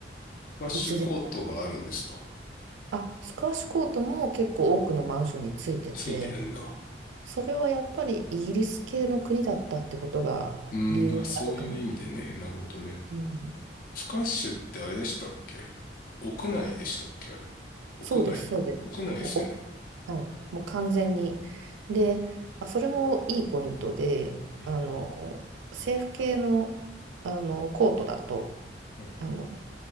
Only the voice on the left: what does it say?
カッシュコートがあるんですか
ついてるんだ。
うん、あ、そういう意味でね。なるほどね。
スカッシュってあれでしたっけ屋内でしたっけあれ。屋外。
屋内ですよね。
はい。
はい